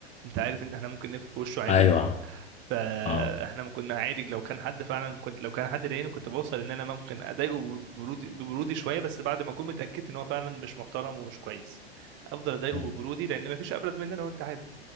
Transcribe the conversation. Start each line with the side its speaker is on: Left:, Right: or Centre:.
Right: انت عارف ان احنا ممكن نقفل في وشه عادي
Left: ايوه
Right: فاحنا
Left: اه
Right: ما كنا عادي لو كان حد فعلا كنت لو كان حد ضايقني كنت بوصل ان انا ممكن اضايقه ببرودي ببرودي شويه بس بعد ما اكون متاكد ان هو فعلا مش محترم ومش كويس افضل اضايقه
Left: مم.
Right: ببرودي لان مفيش ابرد مننا وانت عارف